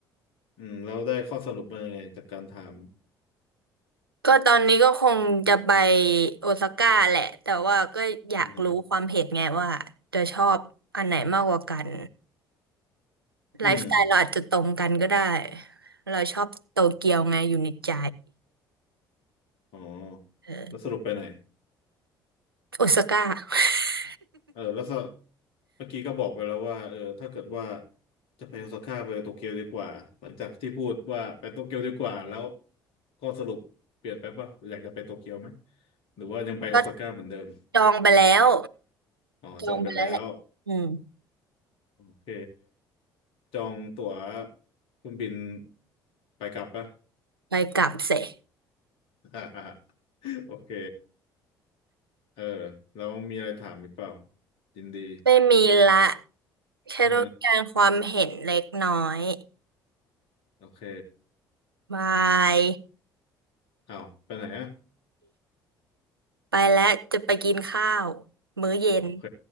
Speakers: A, on the left; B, on the right.
A: อืมแล้วได้ข้อสรุปมายังไงจากการถาม
B: ก็ตอนนี้ก็คงจะไปโอซาก้าแหละแต่ว่าก็อยากรู้ความเห็นไงว่าจะชอบอันไหนมากกว่ากัน
A: อืม
B: ไลฟ์สไตล์เราอาจจะตรงกันก็ได้
A: อืม
B: เราชอบโตเกียวไงอยู่ในใจ
A: อ๋อ
B: เออ
A: แล้วสรุปไปไหน
B: โอซาก้า <laughs>
A: เออแล้วก็เมื่อกี้ก็บอกไปแล้วว่าเออถ้าเกิดว่าจะไปโอซาก้าไปโตเกียวดีกว่าหลังจากที่พูดว่าไปโตเกียวดีกว่าแล้วข้อสรุปเปลี่ยนไปปะอยากจะไปโตเกียวไหมหรือว่ายังไปโอซาก้าเหมือนเดิม
B: ก็จองไปแล้ว
A: อ๋อจองไปแล้ว
B: จองไปแล้วแหละอืม
A: โอเคจองตั๋วเครื่องบินไปกลับปะ
B: ไปกลับเสร็จ
A: <laughs> โอเคเออแล้วมีอะไรถามอีกเปล่ายินดี
B: ไม่มีละแค่ต้องการความเห็นเล็กน้อย
A: เออโอเค
B: บาย
A: อ้าวไปไหนอะ
B: ไปแล้วจะไปกินข้าวมื้อเย็น
A: อ๋อโอเค